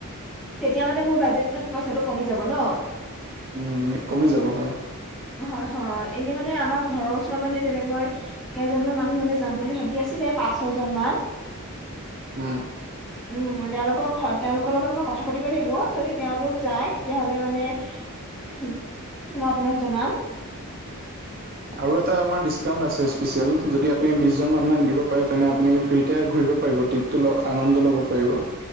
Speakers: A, in the centre; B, on the right.
A: তেতিয়া মানে মোৰ বাজেটোত পইচাটো কমি যাব ন?
B: উম, কমি যাব হয়।
A: হয়, হয়, এনেই মানে আমাৰ ঘৰৰ ওচৰত মানে তেনেকৈ কেইজনমান মানুহ হ'লে যাম বুলি ভাবি আছিলে পাঁচ ছয় জন মান।
B: উম।
A: <inaudible> উম, তেওঁলোকক তেওঁলোকৰ লগত মই কথা পাতিব লাগিব যদি তেওঁলোক যায় তেতিয়াহ'লে মানে মই আপোনাক জনাম।
B: আৰু এটা আমাৰ ডিচকাউণ্ট আছে স্পেচিয়েল যদি আপুনি বিশজন মানুহ আন দিব পাৰে৷ তেনে আপুনি ফ্ৰীতে ঘূৰিব পাৰিব ট্ৰিপটো আনন্দ ল'ব পাৰিব।